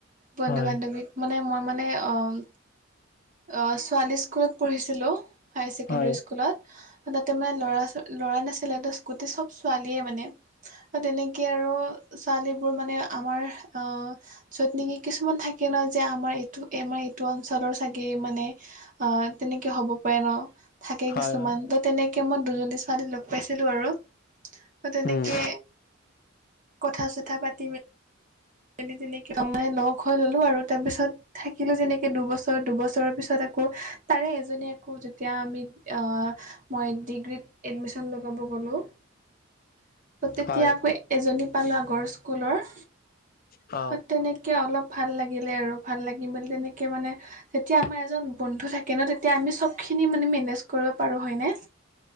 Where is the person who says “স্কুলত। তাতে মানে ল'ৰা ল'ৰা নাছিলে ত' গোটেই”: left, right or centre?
Right